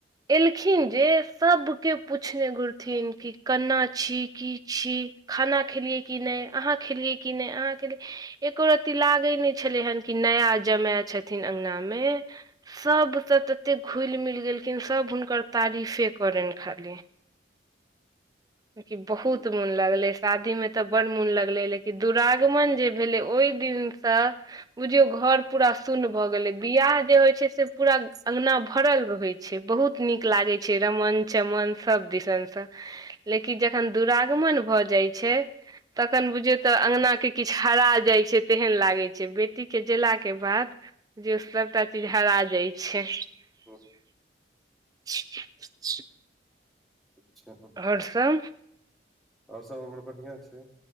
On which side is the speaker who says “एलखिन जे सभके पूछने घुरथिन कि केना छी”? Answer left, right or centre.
Right